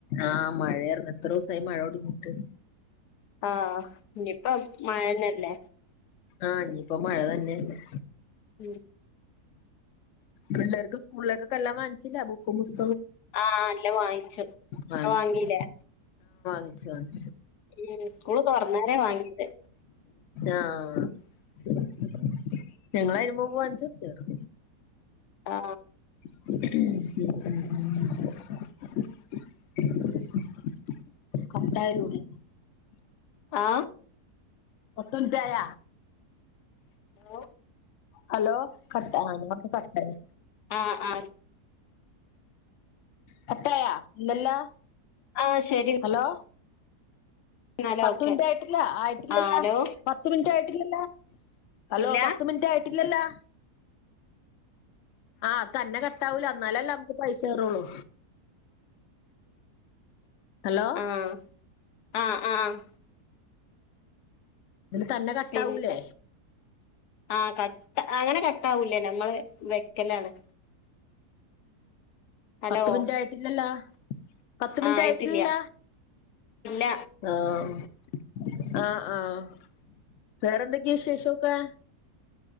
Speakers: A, on the left (about 65°); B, on the left (about 80°).
A: ആ, മഴായിരുന്നു എത്ര ദിവസമായി മഴ തുടങ്ങീട്ട്
B: ആഹ് ഇനിയിപ്പം മഴന്നല്ലേ
A: ആ ഇനിയിപ്പോ മഴ തന്നെയല്ലേ
B: ഉം
A: പിള്ളേർക്ക് സ്കൂളിലേക്കൊക്കെല്ലാ വാങ്ങിച്ചില്ലേ ബുക്കും, പുസ്
B: ആ, അല്ല വാങ്ങിച്ചു
A: വാങ്ങിച്ച്
B: വാങ്ങീല്ലേ
A: <unintelligible>
B: ഉം, സ്കൂള് തുറന്നാലേ വാങ്ങിട്ട്
A: ആ ഉം ഞങ്ങൾ അതിനു മുമ്പേ വാങ്ങിച്ച് <unintelligible> ചെറുത്
B: ആ
A: <unintelligible> <unintelligible> <unintelligible>
B: ആ
A: പത്ത് മിനിറ്റായ
B: ഹലോ
A: ഹലോ കട്ട ആഹ് ഞാനിവ്ട്ന്ന് കട്ടായിന്ന്
B: ആ ആ
A: കട്ടായ ഇല്ലല്ലോ
B: ആഹ് ശരി
A: ഹലോ
B: എന്നാല്
A: പത്ത്
B: ഓക്കെ
A: മിനിറ്റ് ആയിട്ടില്ല. ആയിട്ടില്ലല്ലോ
B: ആഹ് ഹലോ
A: പത്ത് മിനിറ്റ് ആയി ട്ടില്ലല്ലോ ഹലോ
B: ഇല്ല
A: പത്ത് മിനിറ്റ് ആയിട്ടില്ലല്ലോ ആഹ് അത് തന്നെ കട്ടാവൂല എന്നാലല്ലേ നമ്മക്ക് പൈസ കേറോള്ളൂ. ഹലോ
B: ആഹ് ആഹ് ആഹ്
A: ഇതില് തന്നെ കട്ടാവൂലേ?
B: പിന്നെ ആഹ് കട്ട അങ്ങനെ കട്ടാവൂല ഞമ്മള് വെക്കലാണ്. ഹലോ
A: പത്ത് മിനിറ്റ് ആയിട്ടില്ലല്ലോ പത്ത് മിനിറ്റ്
B: ആഹ് ആയിട്ടില്ല
A: ആയിട്ടില്ലല്ല
B: ഇല്ല
A: ആ ആഹ് ആഹ് വേറെന്തൊക്കെയാ വിശേഷോക്കെ